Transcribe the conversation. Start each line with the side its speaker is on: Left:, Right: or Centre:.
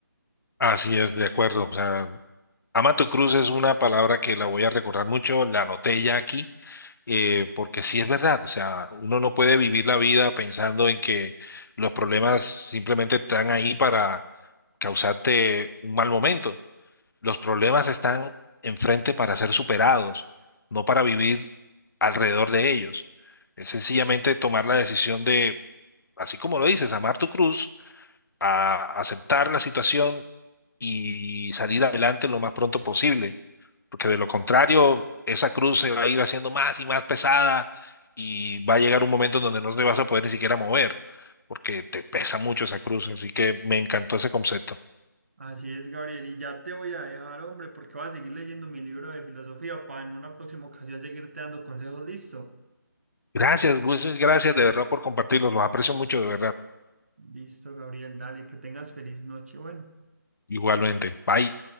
Left: Así es, de acuerdo. O sea, Amato Cruz es una palabra que la voy a recordar mucho, la anoté ya aquí, eh, porque sí es verdad, o sea, uno no puede vivir la vida pensando en que los problemas simplemente están ahí para causarte un mal momento. Los problemas están enfrente para ser superados, no para vivir alrededor de ellos. Es sencillamente tomar la decisión de, así como lo dices, amar tu cruz, a aceptar la situación y salir adelante lo más pronto posible porque de lo contrario, esa cruz se va a ir haciendo más y más pesada y va a llegar un momento en donde no te vas a poder ni siquiera mover, porque te pesa mucho esa cruz. Así que me encantó ese concepto.
Right: Así es, Gabriel, y ya te voy a dejar, hombre, porque voy a seguir leyendo mi libro de filosofía para en una próxima ocasión seguirte dando consejos. Listo.
Left: Gracias, muchas gracias de verdad por compartirlos. Los aprecio mucho, de verdad.
Right: Listo, Gabriel, dale, que tengas feliz noche. Bueno.
Left: Igualmente. Bye.